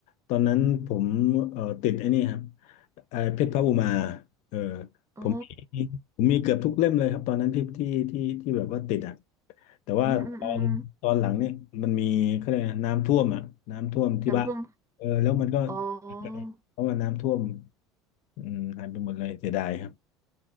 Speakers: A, on the left (about 55°); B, on the right (about 20°).
A: ตอนนั้นผมเอ่อติดไอ้นี่ครับไอ้เพชรพระอุมาเออ
B: อ๋อ
A: ผมมีผมมีเกือบทุกเล่มเลยครับตอนนั้นที่ที่ที่ที่แบบว่าติดอ่ะแต่ว่าตอนตอนหลังเนี่ยมันมีเขาเรียกอะไรน้ำท่วมอ่ะน้ำท่วมที่บ้านเออแล้วมันก็
B: อืมอืมอืมน้ำท่วมอ๋อ
A: เพราะว่าน้ำท่วมอืมหายไปหมดเลยเสียดายครับ